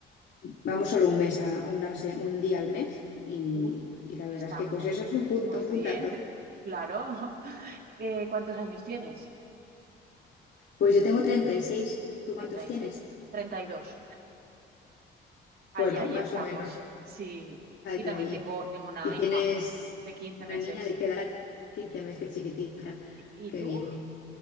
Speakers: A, on the left (about 65°); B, on the right (about 55°).
A: Vamos solo un mes a, a una se- un día al mes y,
B: Uy,
A: y la
B: está
A: verdad es que
B: mu-
A: pues eso es un punto,
B: muy
A: un
B: bien,
A: puntazo.
B: te- claro. <laughs> ¿Qué, cuántos años tienes?
A: Pues yo tengo 36. ¿Tú
B: treinta
A: cuántos
B: treinta
A: tienes?
B: y seis treinta y dos Ahí,
A: Bueno,
B: ahí
A: más
B: estamos.
A: o menos.
B: Sí.
A: Ahí,
B: Y también
A: ahí.
B: tengo, tengo una
A: Y tienes
B: hija de 15
A: una
B: meses.
A: niña de qué edad, Quince meses, que chiquitita.
B: ¿Y, y
A: Qué
B: tú?
A: bien.